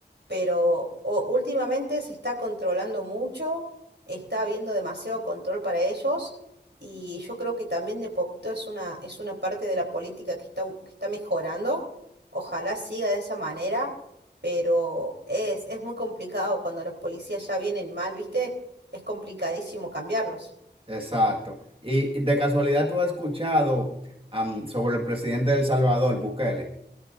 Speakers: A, on the right; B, on the right.
A: pero o- últimamente se está controlando mucho, está habiendo demasiado control para ellos y yo creo que también de poquito es una, es una parte de la política que está, que está mejorando. Ojalá siga de esa manera, pero es, es muy complicado cuando los policías ya vienen mal, ¿viste? es complicadísimo cambiarlos.
B: Exacto. Y de casualidad tú has escuchado am, sobre el presidente de El Salvador, Bukele.